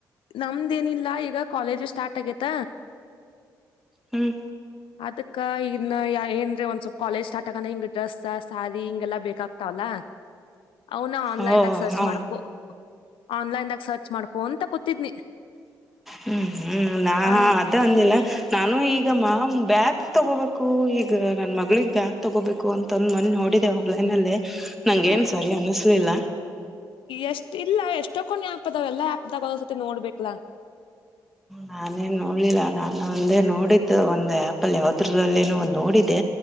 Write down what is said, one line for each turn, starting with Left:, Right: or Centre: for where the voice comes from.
Left: ನಮ್ದೇನಿಲ್ಲ ಈಗ ಕಾಲೇಜು ಸ್ಟಾರ್ಟ್ ಆಗ್ಯೇತ
Centre: ಹ್ಮ್
Left: ಅದಕ್ಕ ಇನ್ನ ಏನ್ರೀ ಒಂದ್ ಸ್ವಲ್ಪ್ ಕಾಲೇಜ್ ಸ್ಟಾರ್ಟ್ ಆಗಣ ಹಿಂಗ ಡ್ರೆಸ್ ಸ್ಯಾರಿ ಗೆಲ್ಲ ಬೇಕಾಗ್ತಾವಲ್ಲ ಅವನ ಆನ್ಲೈನ್ದಾಗ
Centre: ಓ
Left: ಸರ್ಚ್
Centre: ಹ
Left: ಮಾಡಕು ಆನ್ಲೈನ್ದಾಗ ಸರ್ಚ್ ಮಾಡ್ಕೊ ಅಂತ ಕೂತಿದ್ನಿ
Centre: ಹ್ಮ್ ಹ್ಮ್ ನಾ
Left: ಆ
Centre: ಹಾ ಅದ ಅಂದಿಲ್ಲ ನಾನು ಈಗಮ್ಮ ಬ್ಯಾಗ್ ತಗೋಬೇಕು ಈಗ ನನ್ ಮಗಳಗೆ ಬ್ಯಾಗ್ ತಗೋಬೇಕು ಅಂತಂದ ಮನ್ ನೋಡಿದೆ ಆನ್ಲೈನ್ ನಂಗ
Left: ಹ
Centre: ನ್ ಸರಿ ಅನಸ್ಲಿಲ್ಲ
Left: ಎಷ್ಟ್ ಇಲ್ಲ ಎಷ್ಟ ಕೊನೆ ಆಪ್ ಅದಾವ ಎಲ್ಲಾ ಆ್ಯಪ್ದಾಗ ಒಂದ್ಸತಿ ನೋಡ್ಬೇಕಲ
Centre: ನಾನೇನ್ ನೋಡ್ಲಿಲ್ಲ ನಾನು ಒಂದೇ ನೋಡಿದ್ದು ಒಂದ ಆ್ಯಪ ಅಲ್ಲಿ ಯಾವ್ದಲ್ಲಿನ ಒ ನೋಡಿದೆೆ